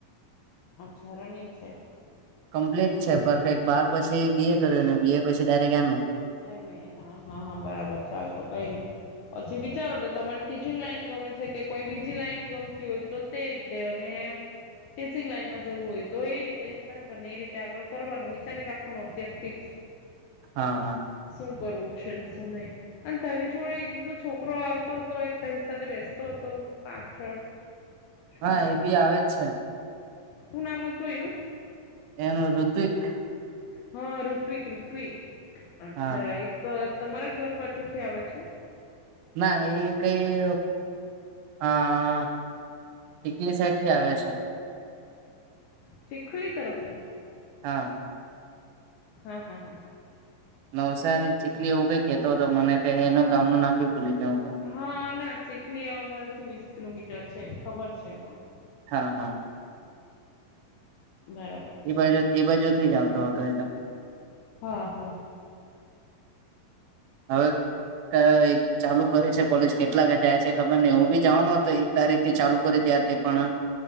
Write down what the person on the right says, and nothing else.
કમ્પ્લીટ છે પરફેક્ટ બાર પછી બી. એ. કર્યું ને બી. એ. પછી ડાયરેક્ટ એમ. એ.
હા
<inaudible>
એ બી
આવે જ છે
એનું ઋત્વિક.
હા
ના એ કઈ હા ચીખલી સાઈડ થી આવે છે.
હા
નવસારી ચીખલી એવું કઈ કેતો હતો મને કઈ એનું ગામ નું નામ ભી ભૂલી ગયો હું તો.
હા હા
એ
બાજુ એ બાજુ થથી જ આવતો હતો એ તો.
હવે ચાલુ કરે છે કોલેજ કેટલાક જાય છે ખબર ને હું બી જવાનો હતો તારીખ ચાલુ કરી ત્યાર થી પણ